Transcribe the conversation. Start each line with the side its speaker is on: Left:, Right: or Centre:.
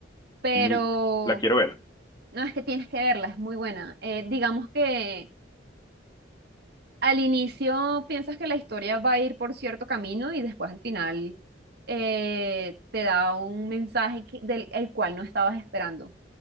Right: pero
Left: Mil- la quiero ver.
Right: no, es que tienes que verla, es muy buena. Eh, digamos que al inicio piensas que la historia va a ir por cierto camino y después al final eh, te da un mensaje que- del el cual no estabas esperando.